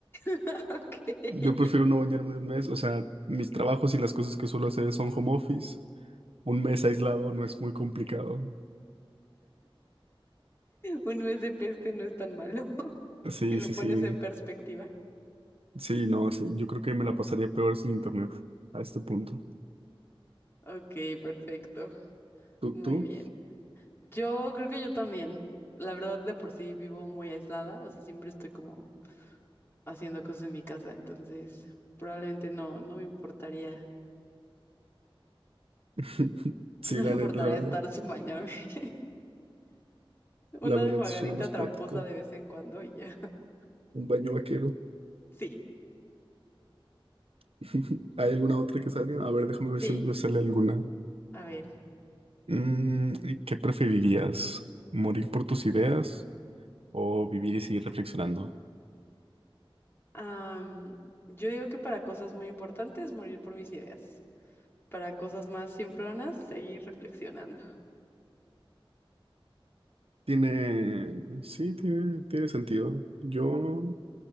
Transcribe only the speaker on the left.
<laughs> Ok, <laughs>
un mes de peste no es tan malo <laughs>
si lo
pones
en perspectiva.
Ok, perfecto.
Muy
bien. Yo creo que yo también. La verdad, de por sí vivo muy aislada, o sea, siempre estoy como haciendo cosas en mi casa, entonces probablemente no, no me importaría,
<laughs> no
me importaría
estar sin bañarme. <laughs>
Una
enjuagadita
tramposa de vez en cuando y ya. <laughs>
Sí,
sí.
A ver.
am, yo digo que para cosas muy importantes, morir por mis ideas. Para cosas más simplonas, seguir reflexionando.